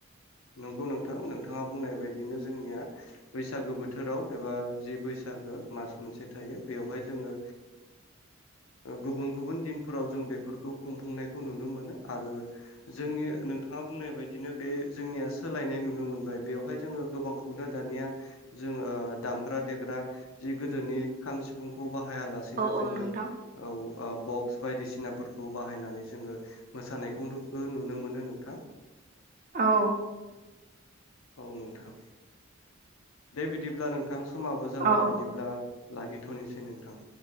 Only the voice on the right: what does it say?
औ
औ नोंथां
औ
औ औ